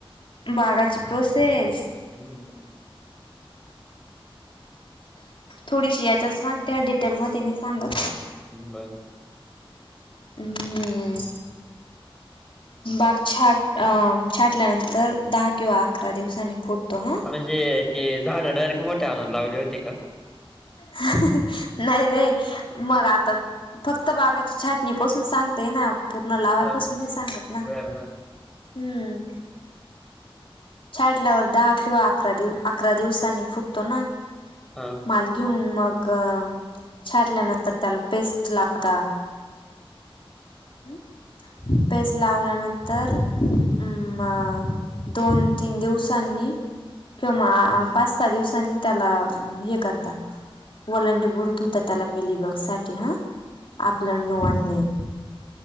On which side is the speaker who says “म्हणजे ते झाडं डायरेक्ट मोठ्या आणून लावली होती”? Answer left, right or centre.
Centre